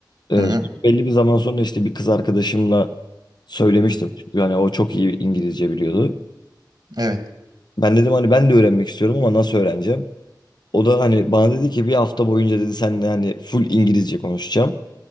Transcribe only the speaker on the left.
Ee,
belli bir zaman sonra işte bir kız arkadaşımla söylemiştim.
Çünkü hani o çok iyi İngilizce biliyordu.
Ben dedim hani ben de öğrenmek istiyorum ama nasıl öğreneceğim? O da hani bana dedi ki bir hafta boyunca dedi seninle hani full İngilizce konuşacağım.